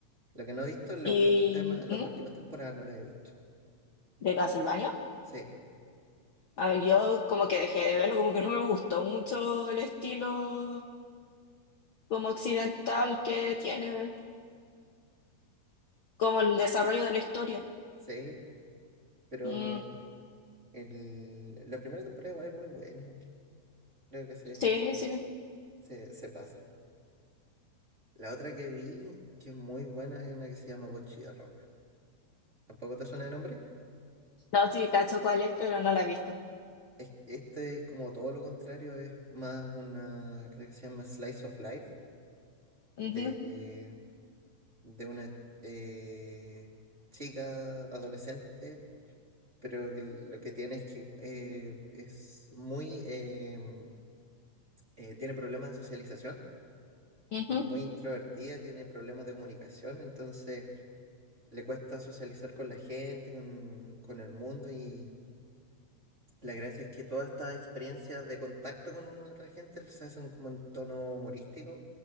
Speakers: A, on the right; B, on the left.
A: Lo que no he visto en la
B: Y
A: última, las
B: ¿Mm?
A: últimas temporadas no las he visto.
B: de Castlevania,
A: Sí,
B: a ver, yo como que dejé de verlo, como que no me gustó mucho el estilo como occidental que tiene, como el desarrollo de la historia.
A: sí, pero
B: Mm,
A: el, la primera temporada igual es muy buena. igual. Creo que se,
B: sí, sí.
A: se, se pasa. La otra que vi, que es muy buena, es una que se llama Bocchi de Rock. ¿Tampoco te suena de nombre?
B: No, sí, cacho cuál es, pero no la he visto.
A: Es- Este es como todo lo contrario, es más una, creo que se llama Slice of Life, de,
B: Ujú,
A: de una eh, chica adolescente pero que lo que tiene es que eh, es muy, em, eh, tiene problemas de socialización,
B: ujú,
A: es muy introvertida, tiene problemas de comunicación, entonces le cuesta socializar con la gente, con, con el mundo y la gracia es que todas estas experiencias de contacto con otra gente se hacen como en tono humorístico,